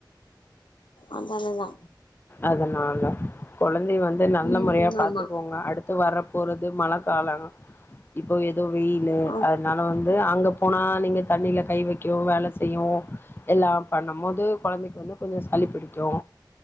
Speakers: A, on the left; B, on the left.
A: அத்னாலதா
B: அதனால்ல கொழ ந்தை வந்து நல்ல
A: ம்
B: முறையா பாத்துக்கோங்க
A: ஆமா
B: அடுத் து வரப் போறது மழக்காலோ இப்போ எ தொ வெயில்லு
A: ஆ
B: அத்னால வந் து அங்கப் போனா நீங்க தண்ணில கை வைக்கூ வேல செய்யூ எல்லா பண்ணும் போது கொழந்தைக்கு வந்து கொஞ்சோ சளி புடிக்கு